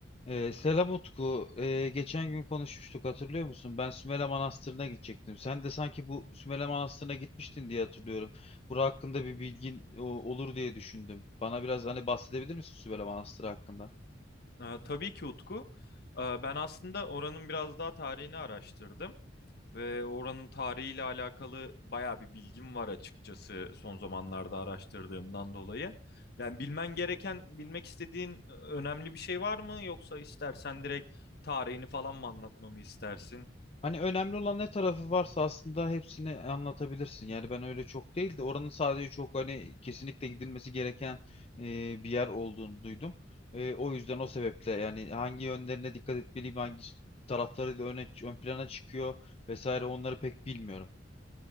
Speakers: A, on the left (about 30°); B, on the left (about 60°).
A: Ee, selam Utku. Ee, geçen gün konuşmuştuk hatırlıyor musun? Ben Sümele Manastırı'na gidecektim. Sen de sanki bu Sümele Manastırı'na gitmiştin diye hatırlıyorum. Bura hakkında bir bilgin o- olur diye düşündüm. Bana biraz hani bahsedebilir misin Sümele Manastırı hakkında?
B: Ee, tabii ki Utku. Ee, ben aslında oranın biraz daha tarihini araştırdım ve oranın tarihiyle alakalı bayağı bir bilgim var açıkçası son zamanlarda araştırdığımdan dolayı. Yani bilmen gereken, bilmek istediğin önemli bir şey var mı yoksa istersen direkt tarihini falan mı anlatmamı istersin?
A: Hani önemli olan ne tarafı varsa aslında hepsini anlatabilirsin. Yani ben öyle çok değil de oranın sadece çok hani kesinlikle gidilmesi gereken e, bir yer olduğunu duydum. E, o yüzden o sebeple yani hangi yönlerine dikkat etmeliyim, hangi tarafları da öne, ön plana çıkıyor vesaire onları pek bilmiyorum.